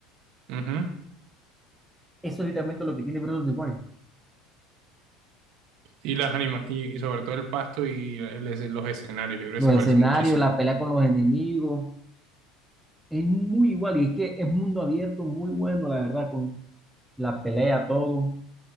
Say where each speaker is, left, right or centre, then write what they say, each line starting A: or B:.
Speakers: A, on the right (about 50°); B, in the centre.
A: ujú.
B: Eso es literalmente lo que tiene Breath of the Wild.
A: Y las anima y, y sobre todo el pasto y el es- los escenarios, yo creo
B: Los
A: que se parece
B: escenarios,
A: muchísimo.
B: la pelea con los enemigos, es muy igual. Y es que es mundo abierto, muy bueno, la verdad, con la pelea, todo.